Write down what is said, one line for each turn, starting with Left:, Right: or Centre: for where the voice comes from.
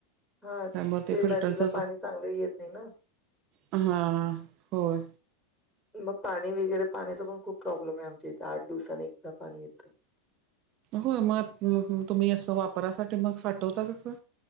Centre: हा
Right: त्या मग ते फिल्टरच
Centre: नदीला पाणी चांगलं येत नाही ना.
Right: हा होय.
Centre: मग पाणी वगैरे पाण्याचा पण खूप प्रॉब्लेम आहे आमच्या इथे आठ दिवसानी एकदा पाणी येतं.
Right: हो मग तुम्ही असं वापरासाठी मग साठवता कसं?